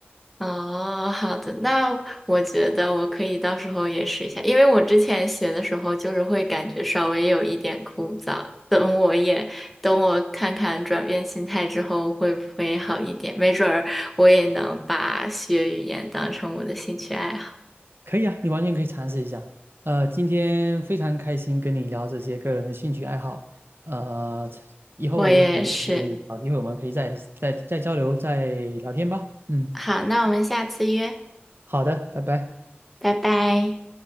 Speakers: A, in the centre; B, on the right.
A: 哦，好的，那我觉得我可以到时候也试一下，因为我之前学的时候就是会感觉稍微有一点枯燥，等我也等我看看转变心态之后会不会好一点，没准儿我也能把学语言当成我的兴趣爱好。
B: 可以啊，你完全可以尝试一下。呃，今天非常开心跟你聊这些个人的兴趣爱好。呃，以后也许我们可以找机会，
A: 我也是，
B: 我们可以再再再交流、再聊天吧。嗯，
A: 好，那我们下次约，
B: 好的，拜拜。
A: 拜拜。